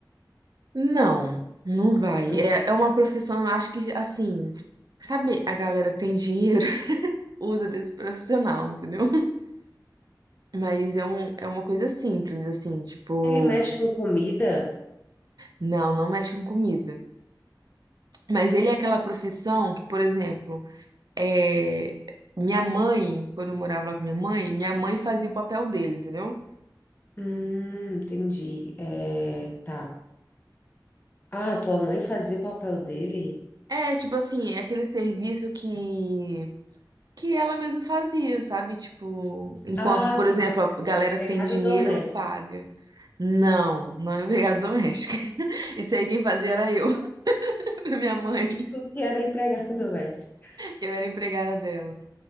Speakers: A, on the right (about 55°); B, on the left (about 25°).
A: Não, não vai.
B: Hã?
A: É, é uma profissão, eu acho que, assim, sabe, a galera que tem dinheiro <laughs> usa desse profissional, entendeu? Mas é, um, é uma coisa simples, assim, tipo,
B: Ele mexe com comida?
A: não, não mexe com comida. Mas ele é aquela profissão que, por exemplo, é, minha mãe, quando eu morava lá com minha mãe, minha mãe fazia o papel dele, entendeu?
B: Hum, entendi. É, tá. Ah, tua mãe fazia o papel dele?
A: É, tipo assim, é aquele serviço que que ela mesma fazia, sabe? Tipo, enquanto,
B: Ah,
A: por exemplo,
B: tá.
A: a galera
B: Empregada
A: que tem dinheiro
B: doméstica.
A: paga. Não, não é empregada doméstica. <laughs> Isso aí quem fazia era eu, <laughs> pra minha mãe.
B: Tu que era empregada <laughs> doméstica.
A: Eu era empregada dela.